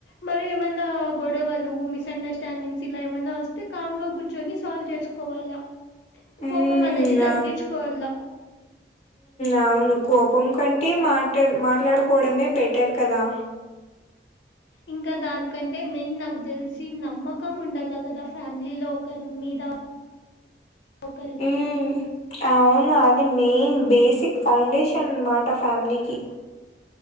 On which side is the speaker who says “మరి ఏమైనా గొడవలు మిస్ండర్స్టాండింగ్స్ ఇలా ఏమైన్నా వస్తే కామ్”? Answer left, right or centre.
Left